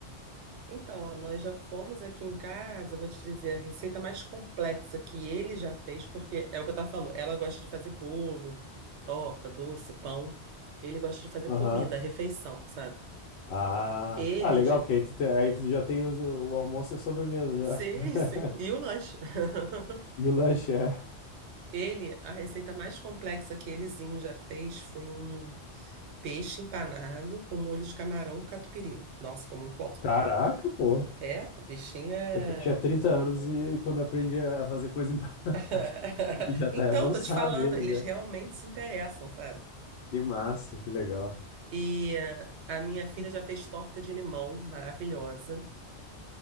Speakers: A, on the right; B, on the left.
A: Então, ó, nós já fomos aqui em casa, eu vou te dizer, a receita mais complexa que ele já fez, porque é o que eu estava falando, ela gosta de fazer bolo, torta, doce, pão. Ele gosta de fazer
B: Aham.
A: comida, refeição, sabe?
B: Ah,
A: Ele
B: ah, legal,
A: já...
B: porque aí tu, te- aí tu já tem os- o almoço e a sobremesa já.
A: Sim,
B: <laughs>
A: sim, e o lanche. <laughs>
B: E o lanche é.
A: Ele, a receita mais complexa que elezinho já fez foi um peixe empanado com molho de camarão catupiry. Nossa, ficou muito bom.
B: Caraca, pô.
A: É, o bichinho é
B: Acho que eu tinha 30 anos e quando aprendi a fazer coisa empanada,
A: <laughs>
B: <laughs> já tá
A: Então,
B: avançado
A: tô te falando,
B: ele
A: eles
B: já.
A: realmente se interessam, sabe?
B: Que massa, que legal.
A: E eh, a minha filha já fez torta de limão, maravilhosa.